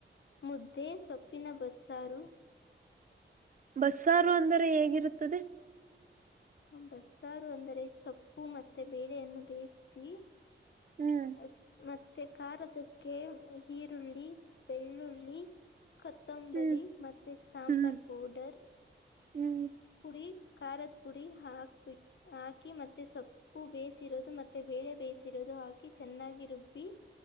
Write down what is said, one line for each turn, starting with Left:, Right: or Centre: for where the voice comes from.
Left: ಮುದ್ದೆ ಸೊಪ್ಪು ಪಿನ ಬಸ್ಸಾರು.
Right: ಬಸ್ಸಾರು ಅಂದರೆ ಹೇಗಿರುತ್ತದೆ.
Left: ಬಸ್ಸಾರು ಅಂದರೆ ಸೊಪ್ಪು ಮತ್ತೆ ಬೇಳೆಯನ್ನು ಬೇಯಿಸಿ.
Right: ಹ್ಮ್
Left: ಅಸ್ ಮತ್ತ ಖಾರದುಕ್ಕೆ ಈರುಳ್ಳಿ ಬೆಳ್ಳುಳ್ಳಿ. ಕೊತ್ತಂಬರಿ
Right: ಹ್ಮ್
Left: ಮತ್ತೆ ಸಾಂಬಾರ್
Right: ಹ್ಮ್
Left: ಪೌಡರ್.
Right: ಹ್ಮ್
Left: ಪುಡಿ ಖಾರದ ಪುಡಿ ಹಾಕ್ಬಿ ಹಾಕಿ ಮತ್ತೆ ಸೊಪ್ಪು ಬೇಯಿಸಿರೋದು ಮತ್ತೆ ತ್ತೆ ಬೇಳೆ ಬೇಯಿಸಿರೋದು ಹಾಕಿ ಚೆನ್ನಾಗಿ ರುಬ್ಬಿ.